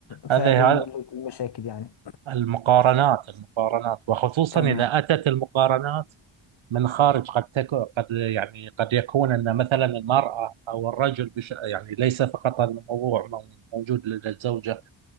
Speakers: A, on the right (about 80°); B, on the left (about 60°).
A: هذه
B: فهذا يولد
A: هذ-
B: المشاكل يعني
A: المقارنات المقارنات وخصوصا
B: تمام
A: إذا أتت المقارنات من خارج قد تكون قد يعني قد يكون ان مثلا المراه او الرجل بش يعني ليس فقط هذا الموضوع مو- موجود لدى الزوجه